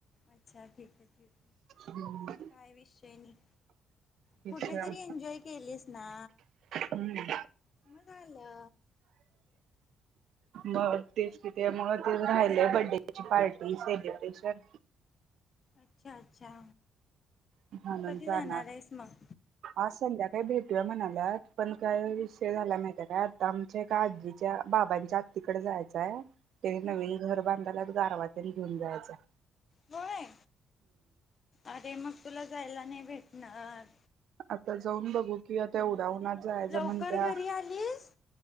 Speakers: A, on the left; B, on the right.
A: अच्छा ठीक आहे, ठीक आहे,
B: हम्म
A: काय विषय नाही
B: तेच
A: कुठे तरी एन्जॉय केलीस ना?
B: हम्म
A: मनाला
B: मग तेच कि त्यामुळं ते राहिलं बड्डेची पार्टी सेलिब्रेशन.
A: अच्छा अच्छा.
B: म्हणून
A: कधी
B: जाणार.
A: आहेस मग
B: आज संध्याकाळी भेट टूया म्हणालात पण काय विषय झाला माहित्या काय आता आमच्या एका आजीच्या बाबांच्या आत्तीकड जायचं हाय. तेनी
A: हा
B: नवीन घर बांधाल्यात गारवा तेन घेऊन जायचंय.
A: होय अरे मग. तुला जायला नाही भेटणार.
B: आता जाऊन बघू कि आता एवढ्या उन्हात. जायचं
A: लवकर
B: म्हणत्या
A: घरी आलीस